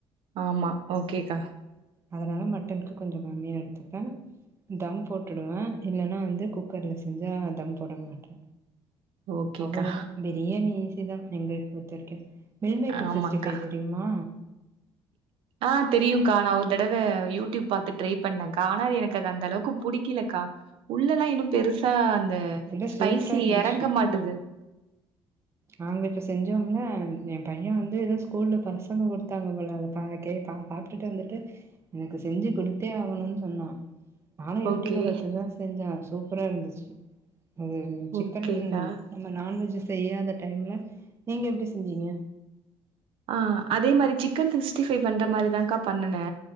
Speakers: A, on the right (about 65°); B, on the right (about 25°).
A: ஆமா ஓகேகா
B: அதனால மட்டன்க்கு கொஞ்ச கம்மியா எடுத்துப்பே தம் போட்டுடுவே இல்லனா வந்து குக்கர்ல செஞ்சா தம் போட மாட்டே
A: ஓகேக்கா.
B: அவ்ளதா பிரியாணி ஈசி தா எங்களுக் பொறுத்த வரைக்கு மெல்மேக்கர்
A: ஆமாக்கா.
B: சிக்ஸ்டி ஃபை தெரியுமா
A: ஆ தெரியுங்க்கா நா ஒர் தடவ யூடியூப் பாத்து ட்ரை பண்ணெங்க்கா ஆனா எனக்கது அந்தளவுக்கு புடிக்கிலக்கா உள்ளெல்லா இன்னு பெருசா அந்த
B: எல்லாம்
A: ஸ்பைசி
B: சூப்பரா இருந்துச்சு
A: எறங்க மாட்டுது
B: நாங்க இப்ப செஞ்சோம்ல எ பைய்ய வந்து எதோ ஸ்கூல்ல பசங்க குடுத்தாங்க போல அது பா கேட்டா பாத் துட்டு வந்துட்டு எனக்கு செஞ்சு குடுத்தே ஆகணுன் சொன்னா நானு யூடியூப்ப
A: ஓகே.
B: பாத்து தா செஞ்சே சூப்பராயிருந்துச்சி அதுவந் சிக்கன்
A: ஓகேக்கா.
B: நம்ம நான்வெஜ்ஜ செய்யாத டைம்ல நீங்க எப்டி செஞ்சீங்க
A: ஆ அதே மாரி சிக்கன் சிக்ஸ்டி ஃபை பண்ற மாரிதாக்கா பண்ணுனே